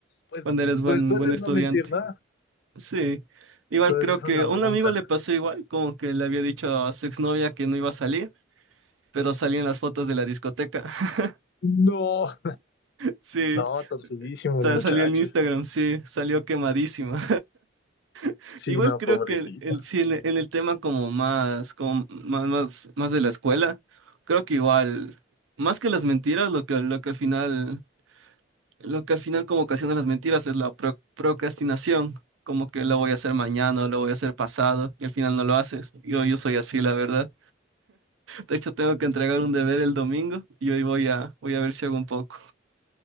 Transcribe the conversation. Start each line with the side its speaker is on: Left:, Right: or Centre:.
Left: pues,
Right: cuando eres buen,
Left: pues sueles
Right: buen estudiante.
Left: no mentir, ¿no?
Right: Sí, igual
Left: Entonces
Right: creo que
Left: es una
Right: a
Left: bronca.
Right: un amigo le pasó igual, como que le había dicho a su exnovia que no iba a salir, pero salían las fotos de la discoteca. <laughs>
Left: No,
Right: Sí,
Left: no, torcidísimo
Right: ta-
Left: el muchacho.
Right: salió en Instagram, sí, salió quemadísima. <laughs>
Left: Sí,
Right: Igual
Left: no,
Right: creo
Left: pobrecito.
Right: que el, el- sí, en, el en el tema como más, como más, más, más de la escuela, creo que igual, más que las mentiras, lo que, lo que al final Lo que al final como ocasiona las mentiras es la pro- procrastinación, como que lo voy a hacer mañana o lo voy a hacer pasado y al final no lo haces. Yo, yo soy así, la verdad. De hecho, tengo que entregar un deber el domingo y hoy voy a, voy a ver si hago un poco.